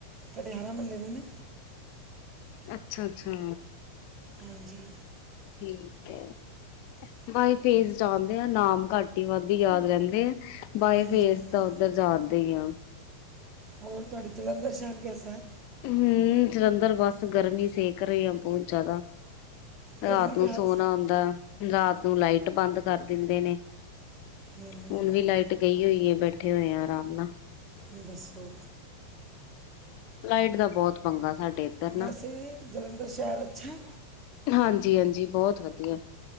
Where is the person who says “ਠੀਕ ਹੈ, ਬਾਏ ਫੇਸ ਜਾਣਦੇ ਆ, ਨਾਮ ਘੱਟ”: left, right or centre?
Left